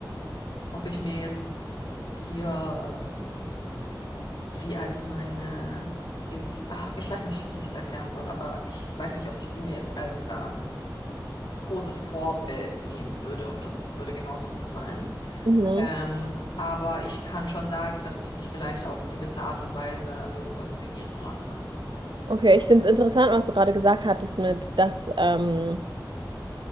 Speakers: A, on the left (about 80°); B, on the right (about 75°).
A: ob ich mir jetzt hier sie als meine ins, ach, ich weiß nicht, wie ich es erklären soll, aber ich weiß nicht, ob ich sie mir jetzt als ähm, großes Vorbild nehmen würde und versuchen würde, genauso zu sein.
B: Mhm.
A: Ähm, aber ich kann schon sagen, dass ich mich vielleicht auf gewisse Art und Weise irgendwo inspirieren lasse.
B: Okay, ich finde es interessant, was du gerade gesagt hattest mit, dass, ähm,